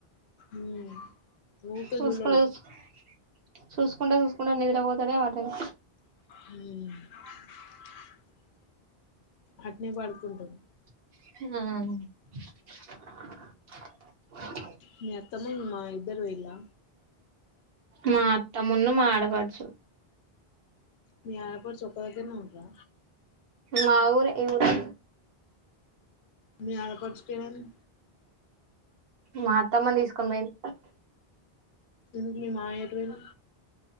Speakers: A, on the left; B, on the right.
A: ఉమ్ ఊకే
B: చూస్కు
A: చూడడు
B: చూ చూస్కు చూ ప నిద్ర ఓతడే మాతను
A: హామ్ అట్నీ పడుకుంటాం
B: ఆ
A: మీ అత్తమను ఇద్దరు పోలా
B: మా అత్తమున్న మా ఆడపడ్చు
A: మీ ఆడపడుచు ఒక్క దగ్గర నే ఉందా
B: మా ఊరే ఇఊరే
A: మీ అడపర్చు కేమైంది
B: మా అత్తమ్మని తీసుకొని పోయింది
A: ఇందుకు మాయ ఎటు పోయిండు